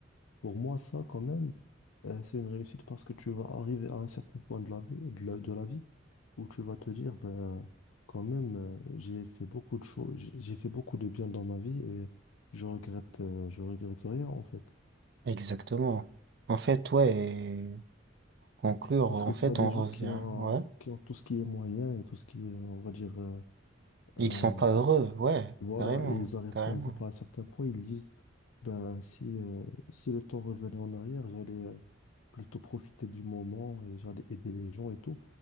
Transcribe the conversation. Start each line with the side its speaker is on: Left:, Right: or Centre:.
Left: Pour moi, ça, quand même, euh, c'est une réussite parce que tu vas arriver à un certain point de la vie, de la, de la vie où tu vas te dire, ben, quand même, euh, j'ai fait beaucoup de choses, j'ai j'ai fait beaucoup de bien dans ma vie et je regrette, euh, je regrette rien en fait.
Right: Exactement. En fait, ouais, et pour conclure,
Left: Parce
Right: en
Left: que
Right: fait,
Left: tu as des
Right: on revient,
Left: gens qui ont,
Right: ouais.
Left: qui ont tout ce qui est moyen et tout ce qui est, on va dire, euh,
Right: Ils
Left: euh,
Right: sont pas heureux, ouais,
Left: voilà,
Right: carrément,
Left: et ils arrivent
Right: carrément.
Left: par exemple à un certain point, ils disent, ben, si, euh, si le temps revenait en arrière, j'allais euh, plutôt profiter du moment et j'allais aider les gens et tout.